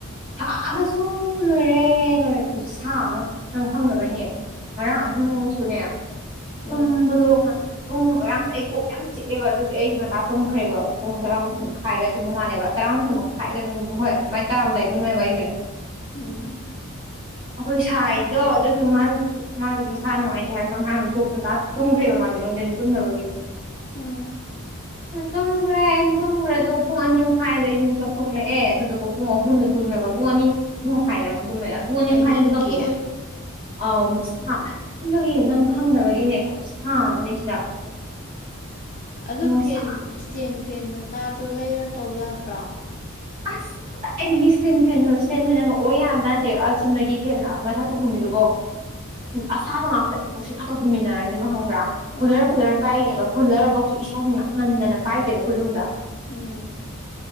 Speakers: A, on the right; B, on the left.
A: ꯁꯥꯕꯁꯨ ꯂꯣꯏꯔꯦ ꯂꯣꯏꯔꯛꯄꯁꯨ ꯁꯥ ꯑꯃ ꯅꯪ ꯍꯪꯅꯕꯩꯅꯦ ꯃꯔ ꯑꯍ ꯁꯨꯅꯌꯥ ꯇꯨꯝꯕꯗꯣ
B: ꯑꯥ
A: ꯄꯨꯡ ꯉꯥꯡꯁꯦ ꯑꯩ ꯀꯣꯛ ꯌꯥꯝ ꯆꯤꯛꯑꯦꯕ ꯑꯗꯨꯗꯤ ꯑꯩꯗꯤ ꯉꯟꯇꯥ ꯇꯨꯝꯈ꯭ꯔꯦꯕ ꯄꯨꯡ ꯇꯔꯥꯃꯊꯣꯏ
B: ꯎꯝ
A: ꯃꯈꯥꯏꯗ ꯇꯨꯝꯕ ꯃꯥꯜꯂꯦꯕ ꯇꯔꯥꯃꯥꯊꯣꯏ ꯃꯈꯥꯏꯗ ꯑꯗꯨꯝ ꯍꯣꯏ ꯑꯗꯨꯃꯥꯏꯅ ꯇꯥꯔꯑꯝꯗꯥꯏ ꯇꯨꯝꯃꯦꯕ ꯑꯩꯁꯦ
B: ꯎꯝ
A: ꯑꯩꯈꯣꯏ ꯁꯥꯏꯗꯣ ꯑꯗꯨꯁꯨ ꯃꯥꯁꯨ ꯃꯥꯁꯨ ꯃꯁꯥ ꯅꯨꯡꯉꯥꯏꯇꯦ ꯍꯥꯏꯕ ꯍꯥꯏ ꯀꯣꯛꯇꯥꯛꯇ ꯇꯨꯝꯈ꯭ꯔꯦꯕ ꯃꯥꯒꯤꯦ ꯅꯨꯡꯊꯤꯟꯗ ꯇꯨꯝꯗꯕꯒꯤ
B: ꯑꯝ
A: ꯇꯨꯝꯈ꯭ꯔꯦ ꯑꯩꯁꯨ ꯇꯨꯝꯈ꯭ꯔꯦ ꯑꯗꯨ ꯄꯨꯡ ꯑꯅꯤ ꯃꯈꯥꯏꯗ ꯑꯩꯁꯤ ꯃꯤ ꯀꯛꯊꯂꯛꯑꯦ ꯑꯗꯨꯗꯨꯒ ꯄꯨꯡ ꯑꯍꯨꯝꯗꯨꯝ ꯕ ꯄꯨꯡ ꯑꯅꯤ ꯄꯨꯡ ꯃꯈꯥꯏꯗꯝ ꯇꯨꯝꯃꯦ ꯄꯨꯡ ꯑꯅꯤ
B: ꯑꯍꯤꯡꯒꯤ
A: ꯃꯈꯥꯏꯗ ꯃꯦꯀꯞ ꯊꯣꯛꯈ꯭ꯔꯦ ꯑꯥꯎ ꯁꯥ ꯃꯟꯕꯒꯤꯅꯦ ꯅꯪ ꯈꯪꯗꯕꯒꯤꯅꯦ ꯈꯨꯠ ꯁꯥ ꯑꯃꯅꯦ ꯁꯤꯗ
B: ꯑꯗꯨ
A: ꯅꯨꯡꯁꯥ
B: ꯐꯦꯟ ꯏꯁꯇꯦꯟ ꯐꯦꯟ ꯃꯆꯥꯗꯣ ꯂꯩꯔ ꯇꯧ ꯌꯥꯗ꯭ꯔꯣ
A: ꯑꯁ ꯀꯗꯥꯏ ꯏꯁꯇꯦꯟ ꯐꯣ ꯏꯁꯇꯦꯟ ꯐꯦꯟꯒꯛ ꯑꯣꯏ ꯌꯥꯝꯖꯥꯟꯗꯦ ꯑ ꯆꯨꯝꯅꯒꯤ ꯐꯦꯟ ꯃꯊꯛꯇ ꯍꯨꯝꯃꯤꯗꯨꯕꯣ ꯑꯁꯥꯕ ꯉꯥꯛꯇ ꯅꯨꯡꯁꯤꯠ ꯉꯥꯛꯇ ꯍꯨꯃꯤꯟꯅꯔꯅꯤꯕ ꯍꯪꯕ꯭ꯔꯥ ꯀꯨꯂꯔ
B: ꯑꯥ
A: ꯀꯨꯂꯔ ꯄꯥꯏꯔꯤꯅꯦꯕ ꯀꯨꯜꯂꯔꯐꯧꯁꯨ ꯏꯁꯥꯁꯨ ꯅꯞꯃꯟꯗꯅ ꯄꯥꯏꯗꯦꯕ ꯑꯩꯈꯣꯏ ꯔꯨꯝꯗ
B: ꯎꯝ